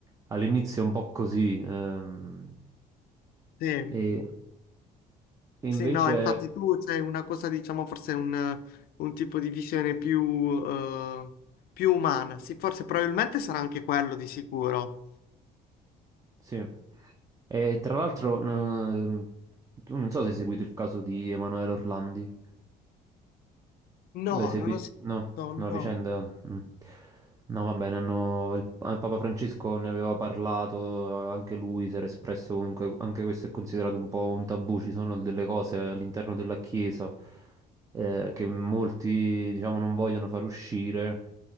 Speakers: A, on the right; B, on the left.
A: all'inizio è un po' così. ehm,
B: Sì.
A: e, e invece,
B: Sì, no, infatti tu c'hai una cosa, diciamo, forse un, un tipo di visione più, eh, più umana. Sì, forse probabilmente sarà anche quello di sicuro.
A: sì. E tra l'altro, ehm, tu non so se hai seguito il caso di Emanuele Orlandi.
B: No,
A: Lo hai seguito?
B: non ho sentito,
A: No, no, la
B: no.
A: vicenda. mm. No, va bene, hanno- il, ah, il Papa Francesco ne aveva parlato, anche lui si era espresso comunque, anche questo è considerato un po' un tabù, ci sono delle cose all'interno della Chiesa eh, che molti, diciamo, non vogliono far uscire